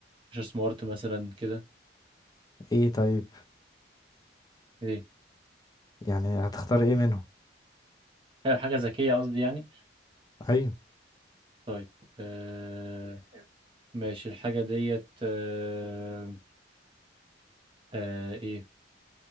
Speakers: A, on the right (about 30°); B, on the left (about 20°).
A: مش سمارت مثلا كده
B: ايه طيب
A: ايه
B: يعني هتختار ايه منهم
A: أيوة، حاجة ذكية قصدي يعني
B: ايوه
A: طيب آه ماشي الحاجة ديت آه آه ايه